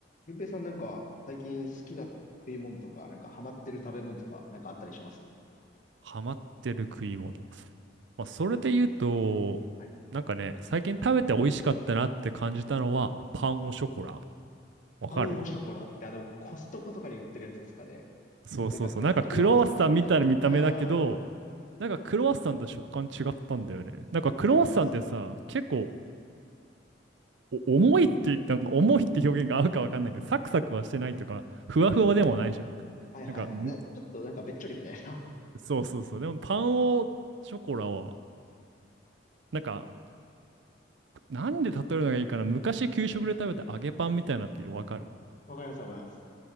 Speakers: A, on the left; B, on the right.
A: ゆうぺいさんなんか最近好きな食い物とか、なんかハマってる食べ物とか、なんかあったりします
B: ハマってる食い物。まあ、それで言うと、
A: なんか、はい。
B: なんかね、最近食べて美味しかったなって感じたのは、パンオショコラ。わかる
A: パンオショコラってあの、コストコとかに売ってるやつですかね。
B: そうそうそう。
A: なんかあの、
B: なんかクロワッサンみたいな見た目だけど、
A: クロワッサンみたいな。ああ、
B: なんかクロワッサンと食感違ったんだよね。なんかクロワッサンってさ、
A: いや、わかるっす。
B: 結構お重いって、なんか重いって表現が合うかわかんないけど、サクサクはしてないとか、ふわふわでもないじゃん。
A: はいはいはい。
B: なんか、む
A: な、ちょっとなんかべっちょりみたいな。
B: そうそうそう。でもパンオショコラは、なんかなんで例えるのがいいかな昔給食で食べた揚げパンみたいなってわかる
A: <laughs> わかります、わかります。